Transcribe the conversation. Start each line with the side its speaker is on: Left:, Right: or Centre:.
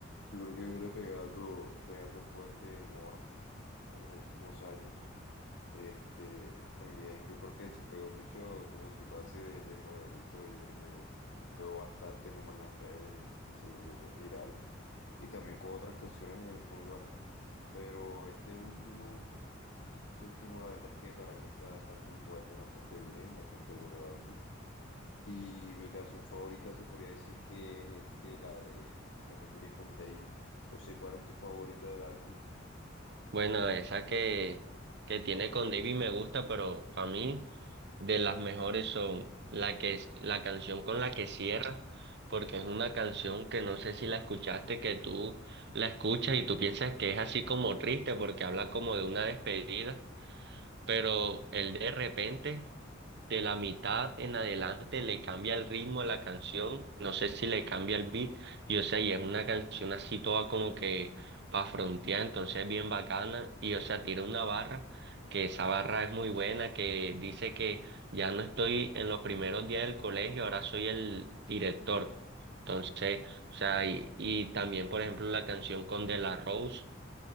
Left: yo creo que viene pegando, pegando fuerte el Mora en los últimos años. Este, también yo creo que se pegó mucho como su pase de, de modelito, yo creo que pegó bastante como en las redes y, y se volvió muy viral. Y también con otras canciones eh, muy buenas. Pero este último, este último la verdad es que para mí está, está full vuelta, bastante bien, bastante bueno el álbum. Y mi canción favorita se podría decir que es este, la de la que tiene con David. No sé cuál es tu favorita del álbum.
Right: Bueno, esa que, que tiene con David me gusta, pero para mí... de las mejores son la que es la canción con la que cierra, porque es una canción que no sé si la escuchaste, que tú la escuchas y tú piensas que es así como triste porque habla como de una despedida, pero el de repente de la mitad en adelante le cambia el ritmo a la canción, no sé si le cambia el beat, y o sea, y es una canción así toda como que pa' frontear, entonces bien bacana, y o sea, tira una barra, que esa barra es muy buena, que dice que ya no estoy en los primeros días del colegio, ahora soy el director. Entonces, o sea, y, y también, por ejemplo, la canción con De La Rose,